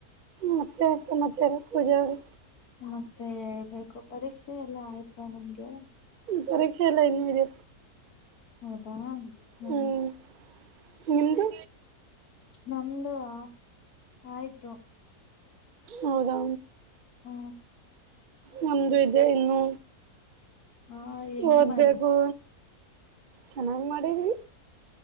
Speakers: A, on the right (about 50°); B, on the left (about 75°).
A: ಮತ್ತೆ ಏನ್ಸಮಾಚಾರ ಪೂಜಾ ಅವರೇ.
B: ಮತ್ತೆ ಹೇಳ್ಬೇಕು ಪರೀಕ್ಷೆ ಎಲ್ಲ ಆಯ್ತಾ ನಿಮ್ದು.
A: ಪರೀಕ್ಷೆ ಎಲ್ಲ ಇನ್ನೂ ಇದೆ.
B: ಹೌದಾ ಹ್ಮ
A: ಹ್ಮ್ ನಿಮ್ದು
B: ನಮ್ದು ಆ ಆಯ್ತು.
A: ಹೌದಾ
B: ಹ್ಮ.
A: ನಮ್ದು ಇದೆ ಇನ್ನು.
B: ಹ ಹೆಂಗ್
A: ಓದ್ಬೇಕು.
B: ಮಾಡಿದ್ರಿ
A: ಚೆನ್ನಾಗ್ ಮಾಡಿದ್ವಿ.